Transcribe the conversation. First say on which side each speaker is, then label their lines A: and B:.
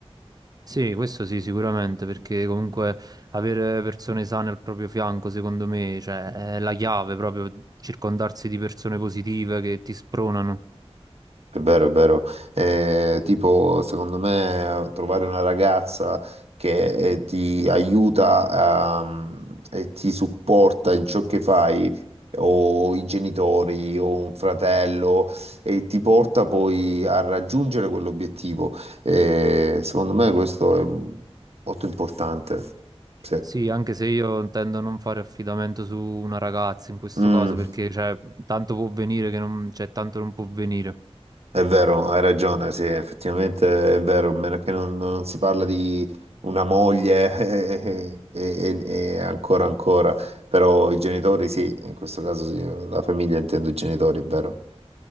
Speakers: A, on the right; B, on the right.
A: Sì, questo sì, sicuramente, perché comunque avere persone sane al proprio fianco, secondo me, cioè, è la chiave proprio, circondarsi di persone positive che ti spronano.
B: È vero, è vero. Eh, tipo, secondo me, trovare una ragazza che eh, ti aiuta a- e ti supporta in ciò che fai, o i genitori, o un fratello, e ti porta poi a raggiungere quell'obiettivo. Eh, secondo me questo è molto importante. Sì.
A: Sì, anche se io intendo non fare affidamento su una ragazza in questo
B: Mm.
A: caso, perché cioè, tanto può venire che non, cioè, tanto non può venire.
B: È vero, hai ragione, sì, effettivamente è vero, a meno che non, non si parla di una moglie <laughs> e, e- e ancora ancora, però i genitori sì, in questo caso sì, la famiglia intendo i genitori, è vero.